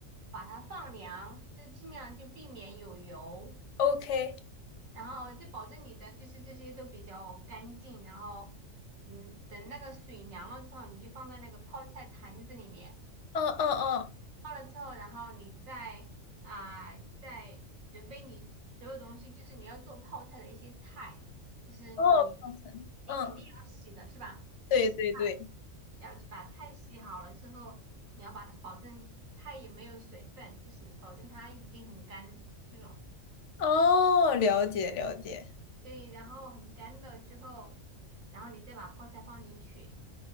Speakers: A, on the right; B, on the left.
A: 把它放凉，就尽量就避免有油。
B: ，OK。
A: 然后就保证你的就是这些都比较干净，然后嗯，等那个水凉了之后，你就放在那个泡菜坛子里面，
B: 嗯嗯嗯，
A: 泡了之后，然后你再啊、再准备你所有东西，就是你要做泡菜的一些菜，就是你
B: 哦，泡菜。嗯，
A: 你肯定要洗的是吧？要洗菜，
B: 对对对。
A: 要把菜洗好了之后，你要把保证菜也没有水分，就是保证它已经很干这种。
B: 哦，了解了解。
A: 对，然后很干了之后，然后你再把泡菜放进去，